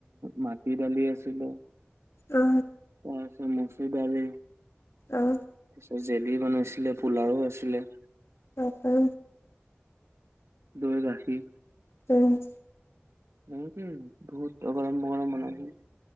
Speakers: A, on the right (about 90°); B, on the left (about 80°).
A: মাটি দালি আছিলো
B: অ
A: আকৌ আছে মছিদালি
B: অ
A: তাৰপিছত জেলি বনাইছিলে পোলাও আছিলে
B: অ অ
A: দৈ গাখীৰ
B: উম
A: বহুতেই বহুত অগৰম বগৰম বনাইছে